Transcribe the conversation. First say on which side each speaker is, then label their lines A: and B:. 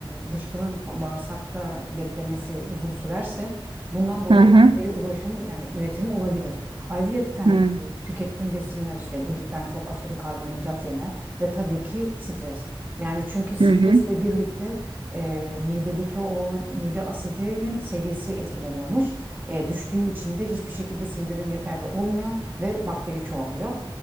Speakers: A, on the right; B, on the right.
A: e, dışkının bağırsakta beklemesi uzun sürerse bundan dolayı
B: Hı hı.
A: bakteri ulaşımı yani üretimi olabilir. Ayrıyetten
B: Hı hı.
A: e, tükettiğim besinler işte gluten, çok aşırı karbonhidrat yeme ve tabii ki stres. Yani çünkü stresle
B: Hı hı.
A: birlikte e, midedeki o mide asidinin seviyesi etkileniyormuş e, düştüğü için de hiçbir şekilde sindirim yeterli olmuyor ve bakteri çoğalıyor.